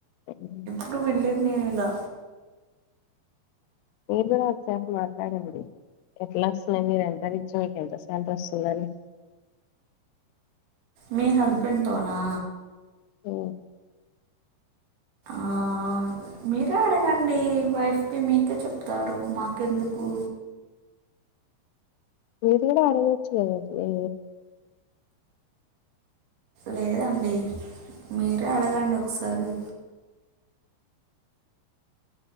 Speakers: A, on the left; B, on the right.
A: అవు
B: ఎప్పుడు వినలేదు నేను ఇలా
A: మీరు కూడా ఒక్కసారి మాట్లాడండి ఎట్లా వస్తున్నాయి మీరు ఎంత రిచ్చి మీకుఎంత సొలారీ వస్తుందని
B: మీ హస్బెండ్ తోనా
A: ఉ
B: ఆ మీరే అడగండి వైఫ్కి మీకే చెప్తారు మాకెందుకు
A: మీరు కూడా అడగవచ్చు కదండి
B: లేదండి మీరే అడగండి ఒకసారి